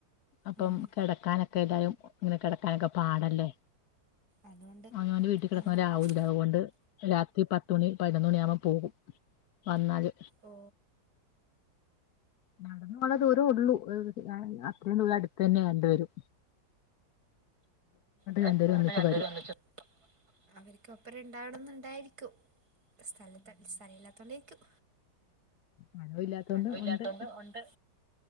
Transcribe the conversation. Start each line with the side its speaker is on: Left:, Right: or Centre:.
Left: അപ്പം
Right: ഉം,
Left: കട കെടാക്കാക്കെല്ലതായും ഇങ്ങനെ കിടക്കാനൊക്കൊ പാടല്ലേ
Right: അതുകൊണ്ട്
Left: ആ അവനാവാന്റെ വീട്ടിൽ കിടക്കുന്നവരാവൂല്ല
Right: അങ്ങനെ പോവും
Left: അതുകൊണ്ട് രാത്രി പത്തുമണി പതിനൊന്ന് മണിയ ആവുമ്പോ പോകും വന്നാല്
Right: ഓ
Left: നടന്ന പോണ് ദൂരേ ഉള്ളൂ അത്രയും ദൂരം അടുത്ത് തന്നെ രണ്ട് പേരും
Right: വയസട്ട്
Left: രണ്ടുപേരും ഒന്നിച്ച്
Right: രണ്ട
Left: വരും
Right: പേര് ഒന്നിച്ചു അവർക്ക് ഒപ്പരം ഇണ്ടാവണംന്നുണ്ടായിരിക്കും സ്ഥലത്ത് സ്ഥല ഇല്ലാത്തോണ്ടേരിക്കും
Left: മഴവില്ലാത്തോണ്ട്
Right: പഴവല്ലാത്തൊന്നും
Left: ഉണ്ട്
Right: ഉണ്ട്